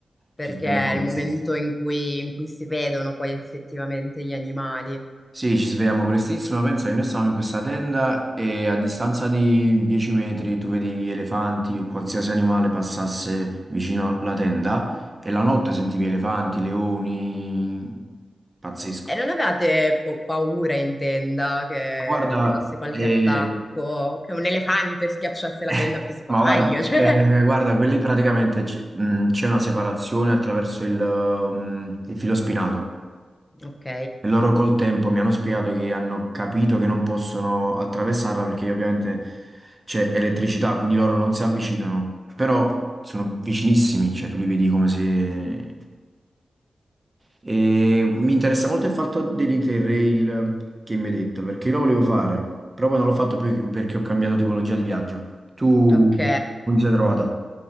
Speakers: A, on the left; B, on the right.
A: Perché
B: ci svegliamo
A: è il
B: prestissimo.
A: momento in cui, in cui si vedono poi effettivamente gli animali.
B: Sì, ci svegliamo prestissimo, pensa che noi stavamo in questa tenda e a distanza di 10 metri tu vedevi elefanti o qualsiasi animale passasse vicino alla tenda e la notte sentivi elefanti, leoni, pazzesco.
A: E non avevate boh, paura in tenda che
B: Ma Guarda,
A: arrivasse qualche
B: eh,
A: attacco, che un elefante schiacciasse
B: <laughs> eh,
A: la tenda per sbaglio?
B: ma guarda,
A: <laughs> Cioè,
B: eh, guarda, quelli praticamente c- mh, c'è una separazione attraverso il, mm, il filo spinato.
A: ok,
B: E loro col tempo mi hanno spiegato che hanno capito che non possono attraversarla perché ovviamente c'è elettricità, quindi loro non si avvicinano, però sono vicinissimi, cioè tu li vedi come se... E mi interessa molto il fatto dell'Interrail che mi hai detto, perché io lo volevo fare, però poi non l'ho fatto più perché ho cambiato tipologia di viaggio. Tu
A: ok.
B: come ti sei trovata?